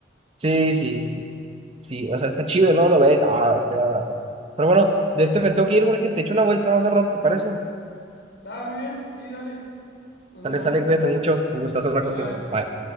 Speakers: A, on the right; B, on the left.
A: Sí, sí, sí. Sí, o sea, está chido, ¿no? Lo ves. Ah, qué agradable. Pero bueno, de este me tengo que ir porque te echo una vuelta más al rato, ¿te parece?
B: Ah, muy bien. Sí, dale. Nos vemos.
A: Dale, sale, cuídate mucho. Un gustazo hablar
B: Bye.
A: contigo. Bye.